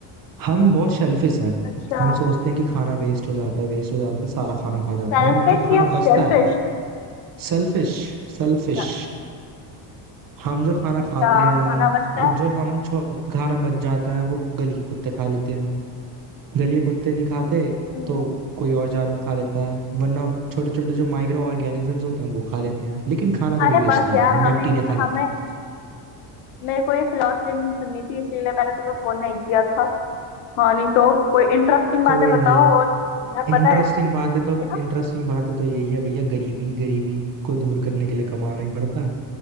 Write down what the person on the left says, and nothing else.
अच्छा
सेल्फिश
या शेलफिश
अच्छा
अच्छा
खाना बचता है
हम्म,
अरे
बस
यार हमें
हमें
मेरे को ये फिलोसफी नहीं सुननी थी इसीलिए मैंने तुम्हें फोन नहीं किया था हाँ नहीं तो कोई इंटरेस्टिंग बातें
बताओ
और यार पता
है
क्या